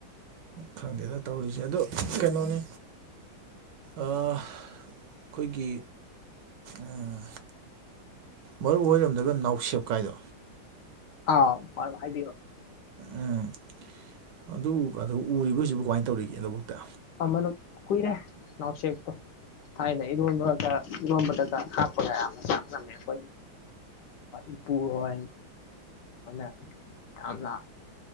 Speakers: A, on the right; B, on the left.
A: ꯈꯪꯗꯦꯗ ꯇꯧꯔꯤꯁꯦ ꯑꯗꯨ ꯀꯩꯅꯣꯅꯦ ꯑꯥ ꯈꯣꯏꯒꯤ ꯑꯥ ꯃꯔꯨꯞ ꯍꯣꯏꯔꯣꯝꯗꯒ ꯅꯥꯎꯁꯦꯞ ꯀꯥꯏꯗꯣ
B: ꯑꯥꯎ <unintelligible> ꯍꯥꯏꯕꯤꯌꯣ
A: ꯎꯝ ꯑꯗꯨꯒꯥꯗꯨ ꯎꯔꯤꯕꯣ ꯍꯨꯖꯤꯛꯄꯨ ꯀꯃꯥꯏꯟ ꯇꯧꯔꯤꯒꯦ ꯂꯧꯕꯨꯛꯇꯥ
B: ꯑꯃꯅ ꯀꯨꯏꯔꯦ ꯅꯥꯎꯁꯦꯛꯇꯣ ꯊꯥꯏꯅ ꯏꯔꯣꯝꯕꯒ ꯏꯔꯣꯝꯕꯗꯒ ꯍꯥꯞꯄꯒ ꯌꯥꯝꯅ ꯆꯥꯅꯔꯝꯃꯦ ꯑꯩꯈꯣꯏ ꯏꯄꯨꯍꯣꯏ <inaudible>